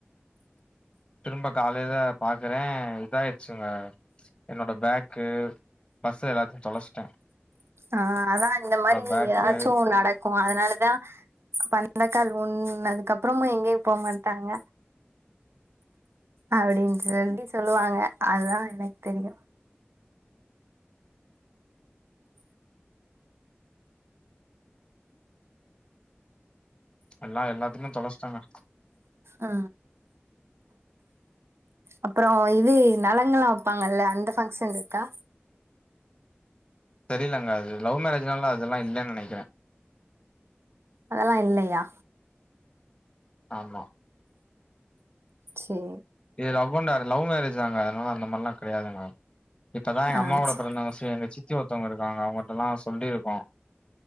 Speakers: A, on the left; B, on the right.
A: திரும்ப காலைல பாக்குறே இதாய்ட்ச்சுங்க என்னோட ஃபேக்கு ஃபர்ஸ் எல்லாத்தயு தொலச்சிட்டே
B: ஆ அதா இந்த மாரி
A: பேக்கு
B: ஏதாச்சு ஒன் நடக் க்கு அதனாலதா பந்தக்கால் ஊண்ணதுக்கப்றமா எங்கேயு போ மாட்டாங்க அப்டின்னு சொல்லி சொல்லுவாங்க அதுதா எனக்கு தெரியு
A: எல்லா எல்லாத்தமே தொலச்ட்டங்க
B: ஆ அப்றோ இது நலங்கலா வப்பாங்கல்ல அந்த ஃபங்க்ஷன் இருக்கா
A: தெரிலங்க அது லவ் மேரஜ்னால அதெல்லா இல்லன் நெனக்கிறே
B: அதெல்லா இல்லையா?
A: ஆமா
B: செரி
A: இது லவ்வண் லவ் மேரஜ் தாங்க அதனால அந்த மாரிலா கெடயாதுங்க இப்பதா எங்க
B: ஆ
A: அம்மாவோட
B: சே
A: பிறந்தவங்க சி எங்க சித்தி ஒருத்தவங்க இருக்காங்க அவுங்கிட்டல்லா சொல்லிருக்கோ